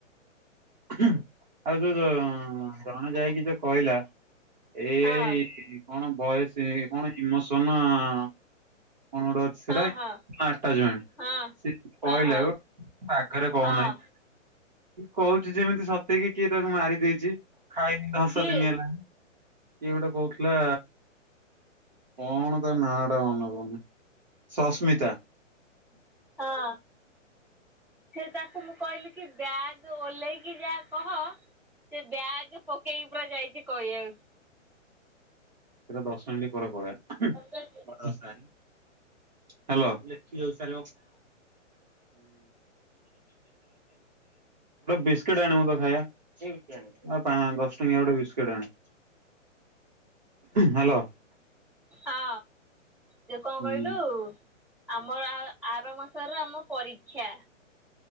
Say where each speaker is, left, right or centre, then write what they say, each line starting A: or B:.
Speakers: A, on the right; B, in the centre.
A: ହୁଁ ଆଉ ଯୋଉ ଯ ଜଣେ ଯାଇକି ଯୋଉ କହିଲା ଏଆଇ
B: ହଁ
A: କଣ ବଏସ କଣ ଇମୋସନ କଣ ଗୋଟେ ଅ
B: ହଁ ହଁ
A: ସେଟା <unintelligible>
B: ହଁ
A: ସିଏ
B: ହଁ
A: କହିଲା
B: ହଁ
A: ଆଗରେ କହୁନାହିଁ।
B: ହଁ
A: କହୁଚୁ ଯେମିତି ସତେକି କିଏ ତାକୁ ମାରି ଦେଇଚି ଖାଇନି ଦଶ
B: କିଏ?
A: ଦିନି ହେଲା। କିଏ ଗୋଟେ କହୁଥିଲା। କଣ ତା ନାଁ ଟା ମନପଡ଼ୁନି ସସ୍ମିତା।
B: ହଁ ସେ ତାକୁ ମୁଁ କଇଲି କି ବ୍ୟାଗ୍ ଓହ୍ଲେଇକି ଯା କହ ସେ ବ୍ୟାଗେ ପକେଇକି ପୁରା ଯାଇଚି କଇଆକୁ।
A: ସେଟା ଦଶ ମିନିଟ ପରେ ପଡ଼େ <unintelligible>
B: ହଁ
A: ହାଲୋ। <unintelligible> ହୁଁ ଗୋଟେ ବିସ୍କିଟ ଆଣିବୁ ତ ଖାଇବା ପା ଦଶ ଟଙ୍କିଆ ଗୋଟେ ବିସ୍କିଟ ଆଣେ। ହାଲୋ।
B: ହଁ ଯୋଉ କଣ
A: ହୁଁ
B: କଇଲୁ? ଆମର ଆ ଆର ମାସର ଆମ ପରୀକ୍ଷା।